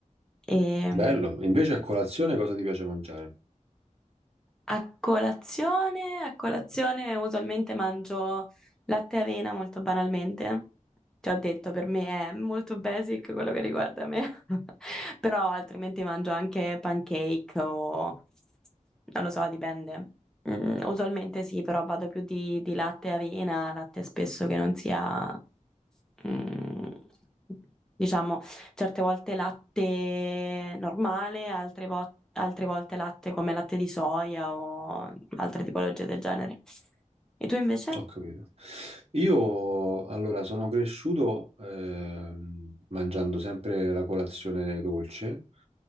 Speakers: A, in the centre; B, on the right (about 50°).
A: E,
B: Bello. Invece a colazione cosa ti piace mangiare?
A: A colazione, a colazione usualmente mangio latte e avena molto banalmente. Ti ho detto, per me è molto basic quello che riguarda me. <laughs> Però altrimenti mangio anche pancake o... non lo so, dipende. Mm, usualmente sì, però vado più di, di latte e avena, latte spesso che non sia... mm, diciamo, certe volte latte normale, altre volte altre volte latte come latte di soia o altre tipologie del genere. E tu invece?
B: Ho capito. Io allora sono cresciuto ehm, mangiando sempre la colazione dolce